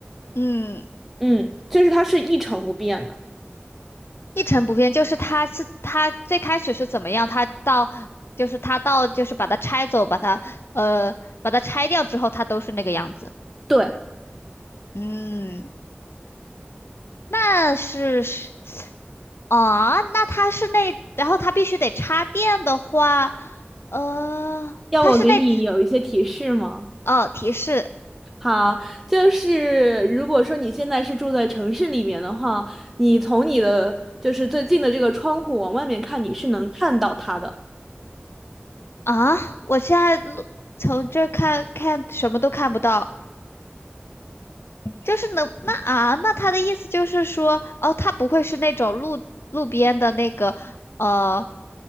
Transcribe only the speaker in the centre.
嗯，就是它是一成不变的。
对，
要我给你有一些提示吗？
好，就是如果说你现在是住在城市里面的话，你从你的就是最近的这个窗户往外面看，你是能看到它的。